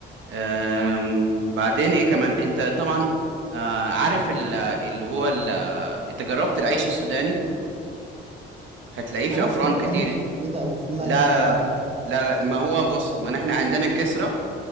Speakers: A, on the right (about 75°); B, on the right (about 30°).
A: آم، بعدين ايه كمان انت طبعا آه، عارف ال- اللي هو ال- انت جربت العيش السوداني هتلاقيه في
B: عارفه
A: افران
B: بيبقى
A: كتير
B: ناشف كده أو في ملح
A: لا لا
B: تقريبا
A: لا لا لا ما هو بص ما احنا عندنا الكسرة